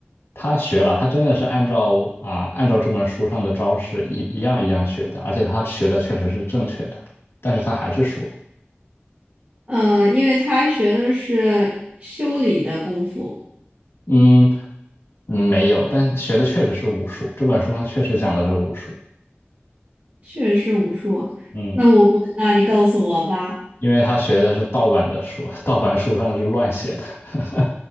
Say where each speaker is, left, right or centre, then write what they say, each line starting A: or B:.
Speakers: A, on the left; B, on the right.
A: 他学了，他真的是按照啊按照这本书上的招式一一样一样学的，而且他学的确实是正确的，但是他还是输了。
B: 呃，因为他学的是修理的功夫，
A: 嗯，嗯，没有，但学的确实是武术。这本书上确实讲的是武术，
B: 确实是武术。
A: 嗯，
B: 那我不知道，你告诉我吧。
A: 因为他学的是盗版的书，盗版书上是乱写的。<laughs>